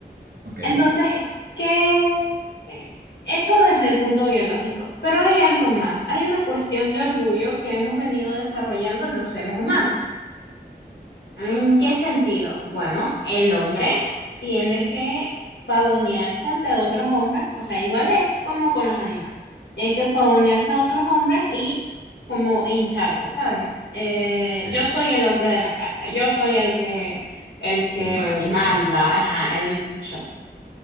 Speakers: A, on the right; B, on the left.
A: Ok,
B: Entonces, ¿qué? Eso desde el punto biológico, pero hay algo más, hay una cuestión de orgullo que hemos venido desarrollando los seres humanos. ¿En qué sentido? Bueno, el hombre tiene que pavonearse ante otros hombres, o sea, igual es como con los animales, tiene que pavonearse a otros hombres y como hincharse, ¿sabes? Eh,
A: ok,
B: yo soy el hombre de la casa, yo soy el que, el que
A: el macho,
B: manda,
A: ¿no?
B: ajá, el macho.